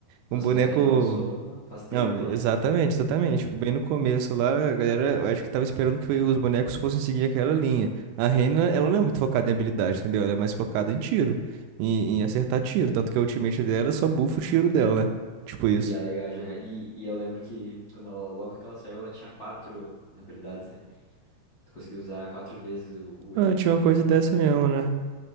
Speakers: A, on the right; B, on the left.
A: Um
B: Nossa,
A: boneco.
B: mas a Reyna lançou faz tempo,
A: Não, exatamente,
B: né?
A: exatamente. Tipo, Bem no começo lá, a galera, eu acho que tava esperando que os bonecos fossem seguir aquela linha. A Reina, ela não é muito focada em habilidade, entendeu? Ela é mais focada em tiro, em, em acertar tiro. Tanto que a ultimate dela só bufa o tiro dela, né? Tipo isso.
B: E é legal jogar. E, e eu lembro que quando ela, logo que ela saiu, ela tinha quatro habilidades. né? Tu conseguia usar quatro vezes o, o
A: Ah,
B: E e o
A: tinha
B: Q.
A: uma coisa dessa mesmo, né?